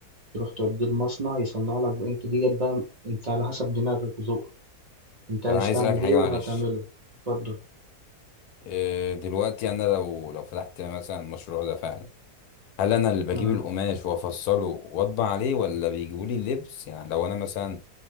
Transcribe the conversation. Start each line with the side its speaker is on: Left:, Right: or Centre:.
Right: تروح توديه المصنع يصنع لك انت ديت بقى انت على حسب دماغك وذوقك انت
Left: طب
Right: عايز
Left: انا عايز
Right: تعمل
Left: اسألك حاجة
Right: ايه وهتعمله
Left: معلش
Right: اتفضل
Left: آه، دلوقتي انا لو لو فتحت مثلا المشروع ده فعلا هل انا اللي بجيب
Right: آه.
Left: القماش وافصله واطبع عليه ولا بيجيبوا لي اللبس يعني لو انا مثلا